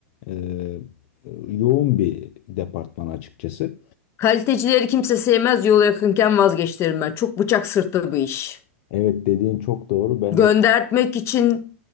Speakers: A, on the left; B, on the left.
A: e, e, yoğun bir departman açıkçası.
B: Kalitecileri kimse sevmez, yol yakınken vazgeçtirim ben. Çok bıçak sırtı bu iş.
A: Evet dediğin çok doğru. Ben
B: Göndertmek
A: de
B: için